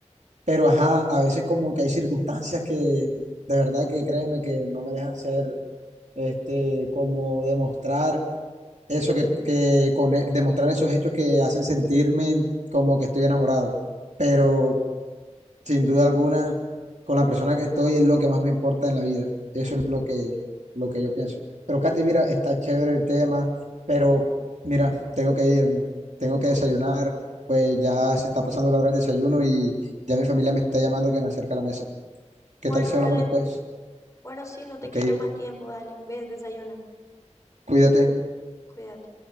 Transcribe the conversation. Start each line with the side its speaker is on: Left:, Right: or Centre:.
Right: pero ajá, a veces como que hay circunstancias que de verdad que créeme que no me dejan hacer, este, como demostrar eso que, que con, e, demostrar esos hechos que hacen sentirme como que estoy enamorado. Pero sin duda alguna, con la persona que estoy es lo que más me importa en la vida. Eso es lo que, lo que yo pienso. Pero Katy, mira, está chévere el tema, pero mira, tengo que irme, tengo que desayunar, pues ya se está pasando la hora del desayuno y ya mi familia me está llamando que me acerque a la mesa. ¿Qué
Left: Bueno,
Right: tal si hablamos
Left: dale.
Right: después?
Left: Bueno, sí, no te
Right: Ok,
Left: quito más tiempo, dale, ves, desayuna,
Right: cuídate.
Left: cuídate.